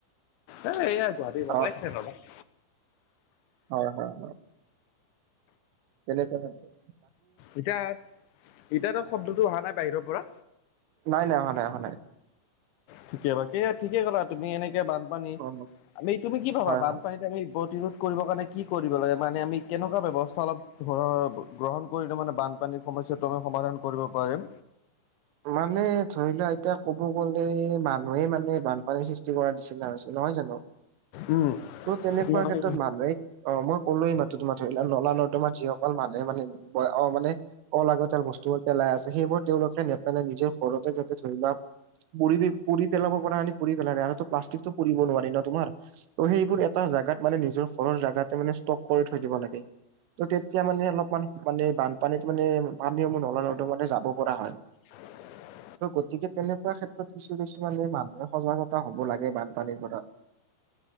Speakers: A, on the left; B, on the right.
A: এ এয়া গুৱাহাটীৰ
B: অ
A: <unintelligible>
B: হয়, হয়, হয়। কেলে তাহাঁতৰ?
A: এতিয়া এতিয়াতো শব্দটো অহা নাই বাহিৰৰ পৰা।
B: নাই নাই, অহা নাই, অহা নাই।
A: ঠিকে, বাকী ঠিকে ক'লা তুমি এনেকে বান- পানী,
B: অ
A: আমি তুমি কি ভাবা
B: হয়
A: বানপানীত
B: হয়
A: আমি প্ৰতিৰোধ- কৰিব কাৰণে কি কৰিব লাগে মানে আমি কেনেকুৱা ব্যৱস্থা অলপ ধৰ গ্ৰহণ কৰিলে মানে বানপানী- সমস্যাটো আমি সমাধান কৰিব পাৰিম?
B: মানে ধৰি লোৱা এতিয়া ক'ব গ'লে মানুহে মানে বানপানীৰ সৃষ্টি- কৰা নিচিনা হৈছে, নহয় জানো?
A: উম
B: ত তেনেকুৱা
A: তোমাৰ কথা
B: ক্ষেত্ৰত মানুহ- অঁ, মই কলো এই মাত্ৰ তোমাৰ ধৰিলোৱা নলা নৰ্দমাত তোমাৰ যিসকল মানুহে মানে- অঁ, মানে অলাগতীয়াল বস্তুবোৰ পেলাই আছে। সেইবোৰ তেওঁলোকে- নেপেলাই। নিজে ঘৰতে যাতে ধৰি লোৱা- পুৰি পুৰি পেলাব পৰাখিনি পুৰি পেলালে আৰুতো প্লাষ্টিকটো পুৰিব নোৱাৰি ন তোমাৰ। ত' সেইবোৰ এটা জেগাত মানে নিজৰ ঘৰৰ জেগাতে মানে ষ্টক কৰি থৈ দিব লাগে। ত তেতিয়া মানে অলপমান মানে বানপানীত মানে পানী সমূহ নলা নৰ্দমালৈ মানে যাব পৰা হয়।
A: <inaudible>
B: ত' গতিকে তেনেকুৱা ক্ষেত্ৰত কিছু কিছুমানে মানুহে সজাগতা হ'ব লাগে বানপানীৰ পৰা। <inaudible>